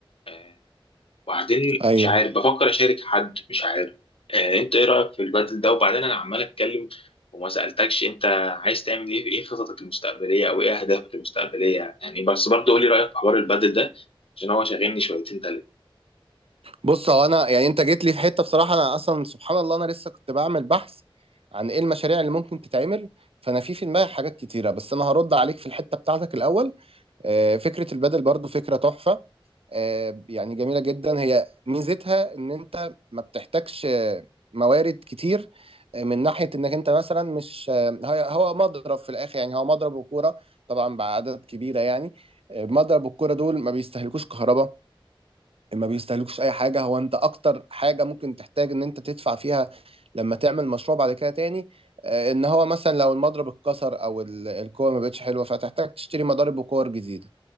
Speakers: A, on the left (about 75°); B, on the right (about 85°).
A: آه، وبعدين
B: ايوه
A: مش عارف بفكر اشارك حد مش عارف آه، انت ايه رايك في البدل ده وبعدين انا عمال اتكلم وما سالتكش انت عايز تعمل ايه ايه خططك المستقبليه او ايه اهدافك المستقبليه يعني بس برضه قولي رايك في حوار البدل ده عشان هو شاغلني شويتين تلاته
B: بص هو انا يعني انت جيت لي في حته بصراحه انا اصلا سبحان الله انا لسه كنت بعمل بحث عن ايه المشاريع اللي ممكن تتعمل فانا في في دماغي حاجات كتيره بس انا هرد عليك في الحته بتاعتك الاول آه، فكرة البدل برضو فكرة تحفة آه، يعني جميلة جدا هي ميزتها ان انت ما بتحتاجش آه، موارد كتير آه، من ناحية انك انت مثلا مش آه، هي- هو مضرب في الاخر يعني هو مضرب وكورة طبعا بعدد كبيرة يعني آه، مضرب والكورة دول ما بيستهلكوش كهرباء ما بيستهلكوش اي حاجة هو انت اكتر حاجة ممكن تحتاج ان انت تدفع فيها لما تعمل مشروع بعد كده تاني آه، ان هو مثلا لو المضرب اتكسر او ال- الكورة ما بقتش حلوة فتحتاج تشتري مضارب وكور جديدة